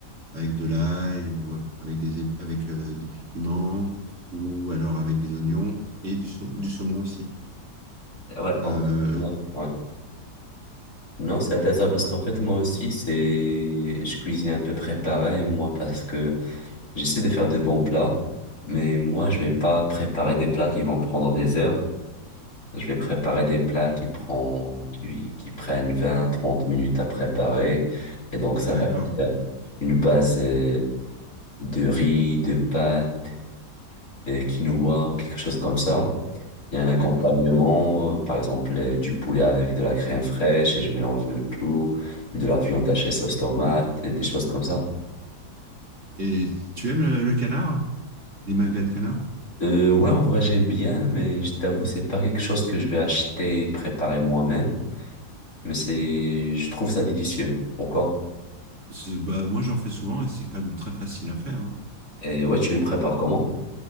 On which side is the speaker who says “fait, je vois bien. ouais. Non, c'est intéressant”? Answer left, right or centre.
Left